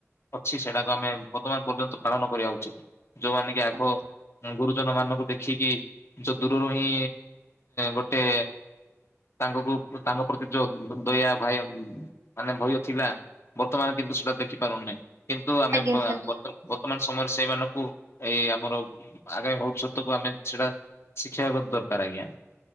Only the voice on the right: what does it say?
ଆଜ୍ଞା
ଆଜ୍ଞା
ସାର୍